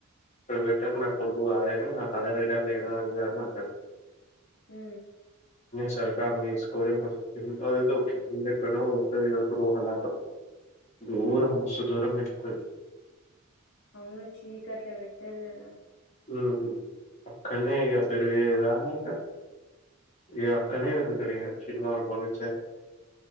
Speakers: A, on the left; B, on the left.
A: ప్రైవేట్ నాకు కొడుకు కావదైనా నా కదర్ రడర్ లేడ అని అంటడు
B: ఊ
A: సక మకో గ హలా.. <unintelligible> ఉంది ఎక్కడున్నావ్ ఉంటది వాళ్ళ ఆటో దూరం మస్తు దూరం అయితది
B: అవును చీకట్లా పెడతది గదా
A: ఉ అక్కనే ఇగ పెరివేదాక ఇగ అక్కనే పెరుగుతడు ఇగ చిల్ బ స <unintelligible>